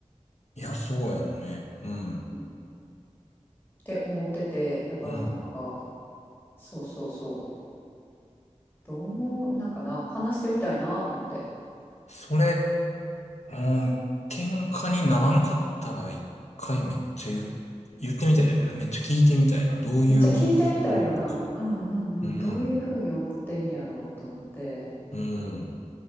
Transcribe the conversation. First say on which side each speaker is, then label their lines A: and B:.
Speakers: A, on the left (about 65°); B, on the left (about 15°).
A: いや、そうやんね。うん、
B: うんって思ってて、だからなんか、
A: うん。
B: そうそうそう。どう思う、なんかな、話してみたいなと思って。
A: それ、うん、喧嘩にならんかったら一回めっちゃ言う、言ってみたいだよね。めっちゃ聞いてみたいな。どういう発想なのか。
B: めっちゃ聞いてみたいよな。うんうんうん。
A: うん、
B: どういうふうに思ってんやろうと思って。
A: うん。